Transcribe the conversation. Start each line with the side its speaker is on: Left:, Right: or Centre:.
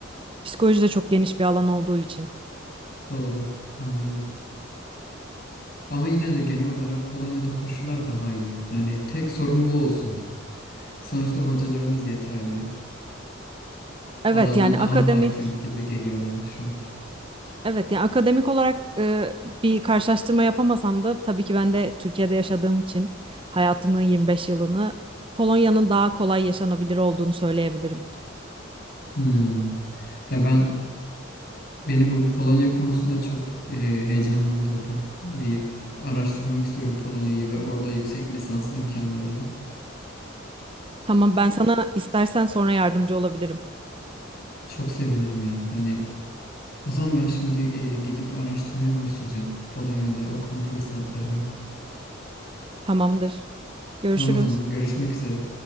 Right: Psikoloji de çok geniş bir alan olduğu için.
Left: Doğru, anlıyorum. Ama yine de genel olarak Polonya'da koşullar daha iyi. Hani tek sorun bu olsun. <laughs> Sonuçta hocalarınız yeterli.
Right: Evet
Left: Alanına
Right: yani
Left: daha
Right: akademik
Left: hakim gibi geliyor bana şu an.
Right: Evet, yani akademik olarak e, bir karşılaştırma yapamasam da tabii ki ben de Türkiye'de yaşadığım için hayatımın 25 yılını Polonya'nın daha kolay yaşanabilir olduğunu söyleyebilirim.
Left: Hmm. Ya ben beni bu Polonya konusunda çok e, heyecanlandırdın. Bir araştırmak istiyorum Polonya'yı ve orada yüksek lisans imkanlarını.
Right: Tamam, ben sana istersen sonra yardımcı olabilirim.
Left: Çok sevinirim ya. Hani O zaman ben şimdi e, gidip araştırmaya başlayacağım Polonya'da okuma fırsatlarını.
Right: Tamamdır. Görüşürüz.
Left: Tamam o zaman görüşmek üzere.